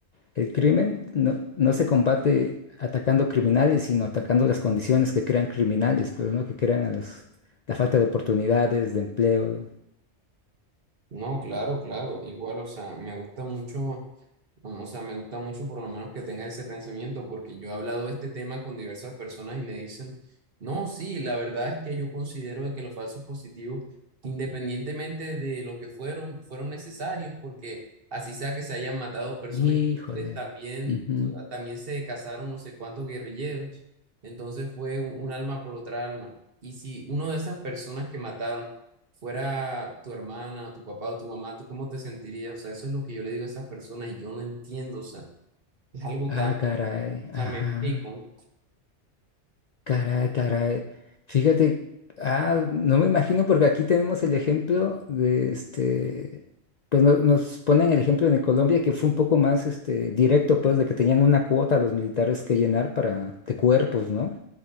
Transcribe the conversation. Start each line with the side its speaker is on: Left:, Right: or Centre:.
Left: el crimen no, no se combate atacando criminales, sino atacando las condiciones que crean criminales, pues, ¿no? Que crean a los, la falta de oportunidades, de empleo.
Right: No, claro, claro. Igual, o sea, me gusta mucho. No, o sea, me gusta mucho por lo menos que tengas ese pensamiento, porque yo he hablado de este tema con diversas personas y me dicen, no, sí, la verdad es que yo considero de que los falsos positivos, independientemente de lo que fueron, fueron necesarios, porque así sea que se hayan matado personas
Left: Híjole.
Right: inocentes, también,
Left: Ujú.
Right: también se casaron no sé cuántos guerrilleros, entonces fue un, un alma por otra alma. Y si uno de esas personas que mataron fuera tu hermana o tu papá o tu mamá, ¿tú cómo te sentirías? O sea, eso es lo que yo le digo a esas personas y yo no entiendo, o sea, es algo tan,
Left: Ah, caray.
Right: o sea,
Left: Ajá.
Right: me explico,
Left: Caray, caray. Fíjate, ah, no me imagino porque aquí tenemos el ejemplo de este, pues no- nos ponen el ejemplo de Colombia que fue un poco más este directo, pues, de que tenían una cuota los militares que llenar para de cuerpos, ¿no?